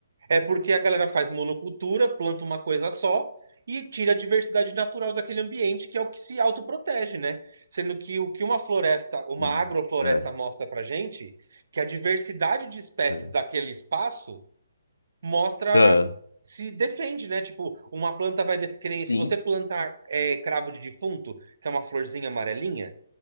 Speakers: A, on the right; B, on the left.
A: é porque a galera faz monocultura, planta uma coisa só e tira a diversidade natural daquele ambiente, que é o que se autoprotege, né? Sendo que o que uma floresta, uma
B: Sim.
A: agrofloresta
B: É,
A: mostra pra gente, que a diversidade de espécies
B: é.
A: daquele espaço mostra
B: Ah,
A: se defende, né? Tipo, uma planta vai def- que nem
B: Sim.
A: se você plantar é, cravo de defunto, que é uma florzinha amarelinha,